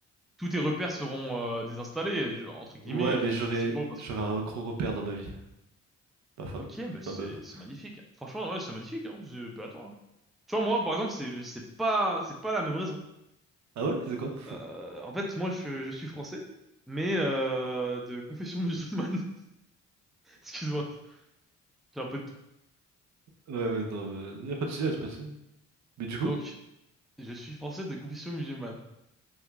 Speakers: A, in the centre; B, on the right.
A: Tous tes repères seront euh, désinstallés, je- entre guillemets.
B: Ouais, mais
A: Je
B: j'aurais
A: dis ce mot parce
B: j'aurais
A: que
B: un gros repère dans ma vie. Ma femme.
A: Ok, bah c'est
B: Ma meuf.
A: c'est magnifique. Franchement, ouais, c'est magnifique, hein. Je pas à toi. hein. Tu vois, moi, par exemple, c'est c'est pas c'est pas la même raison.
B: Ah ouais? C'est quoi? <laughs>
A: Euh, en fait, moi, je, je suis français, mais euh, de confession musulmane. <laughs> Excuse-moi, j'ai un peu de tout.
B: Ouais, ouais, non, euh, y a pas de soucis, y a pas de soucis. Mais du coup?
A: Donc, je suis français de confession musulmane.